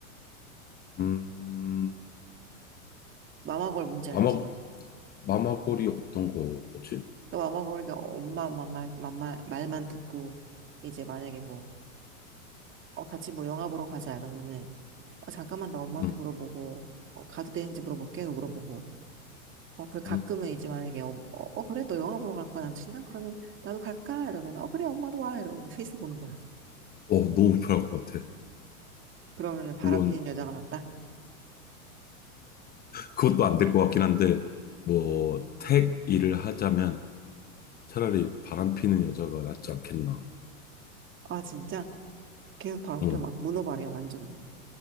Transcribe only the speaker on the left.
음,
마마,
마마골이 어떤 거지?
음.
음.
어, 너무 불편할 것 같아.
물론
그것도 안 될 것 같긴 한데 뭐 택 일을 하자면 차라리 바람 피는 여자가 낫지 않겠나.
응.